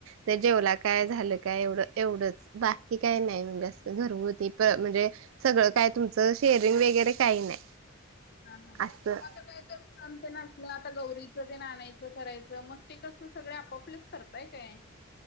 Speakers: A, on the right (about 65°); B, on the left (about 45°).
A: तर जेवलात काय झालं काय, एवढं एवढंच, बाकी काय नाही म्हणजे असं घरगुती प म्हणजे सगळं काय तुमचं शेअरिंग वगैरे काही नाही.
B: हा, हा,
A: असं.
B: मग आता का तर काम तेन आसलं, आता गौरीचं ते आनायचं, करायचं, मग ते कस सगळे आपापलेच करताय काय?